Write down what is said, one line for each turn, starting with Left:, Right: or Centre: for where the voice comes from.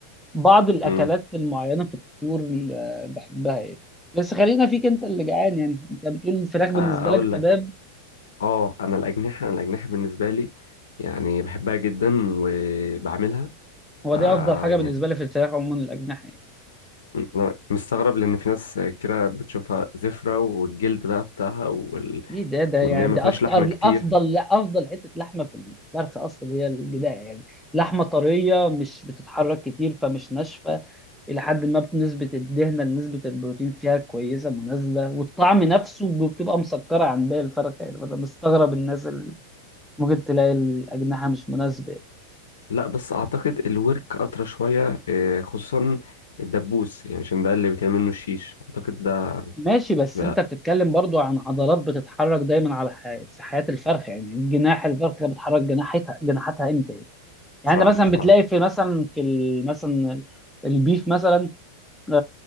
Centre: بعض الاكلات
Left: امم
Centre: المعينه في الطيور اللي بحبها يعني بس خلينا فيك انت اللي جعان يعني انت بتقول الفراخ بالنسبه
Left: اقول
Centre: لك تمام
Left: لك اه انا الاجنحه انا الاجنحه بالنسبه لي يعني بحبها جدا وبعملها ف
Centre: هو دي افضل حاجه بالنسبه
Left: يعني
Centre: لي في الفراخ عموما الاجنحه يعني
Left: انا مستغرب لان في ناس كتيره بتشوفها زفره والجلد بقى بتاعها وال...
Centre: ايه ده ده يعني
Left: وان هي ما
Centre: ده
Left: فيهاش
Centre: اكتر
Left: لحمه كتير
Centre: افضل لا افضل حته لحمه في الفرخ اصلا هي الجداع يعني لحمه طريه مش بتتحرك كتير فمش ناشفه الى حد ما نسبه الدهنه لنسبه البروتين فيها كويسه مناسبه والطعم نفسه بتبقى مسكره عن باقي الفرخ يعني فانا مستغرب الناس اللي ممكن تلاقي الاجنحه مش مناسبه
Left: لا بس اعتقد الورك اطرى شويه آه، خصوصا الدبوس يعني عشان ده اللي بيتعمل منه الشيش اعتقد ده
Centre: ماشي بس
Left: بقى
Centre: انت بتتكلم برضو عن عضلات بتتحرك دايما على حي... في حياه الفرخ يعني جناح الفرخ بتحرك جناحتها جناحتها امتى يعني؟ يعني
Left: صح
Centre: انت مثلا
Left: صح
Centre: بتلاقي في مثلا في ال- مثلا البيف مثلا آه،